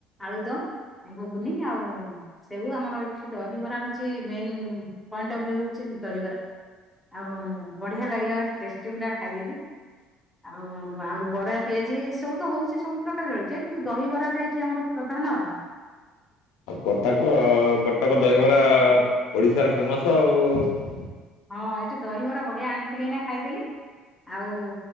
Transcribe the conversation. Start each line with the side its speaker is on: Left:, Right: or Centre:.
Centre: ଆଳୁଦମ ଘୁଗୁନି ଆଉ ସେଉ ଆମର ଏଠି ଦହିବରା ହଉଛି ମେନ ପଏଣ୍ଟ ଅଫ ଭିୟୁ ହଉଛି ଦହିବରା ଆଉ ବଢ଼ିଆ ଲାଗିଲା ମାନେ ଟେଷ୍ଟି ପୁରା ଖାଇଦେଲି। ଆଉ ଆଉ ବରା ପିଆଜି ଏ ସବୁ ତ ହଉଛି ସବୁ ପ୍ରକାର ଜଳଖିଆ କିନ୍ତୁ ଦହିବରା ଟା ଏଠି ଆମର। ପ୍ରଧାନ ଆଉ।
Left: ଆଉ କଟକ କଟକ ଦହିବରା ଓଡିଶାର ଫେମସ ଆଉ।
Centre: ହଁ ଏଇଠି ଦହିବରା ବଢିଆ ଆଣିଥିଲି ଏଇନା ଖାଇଦେଲି ଆଉ।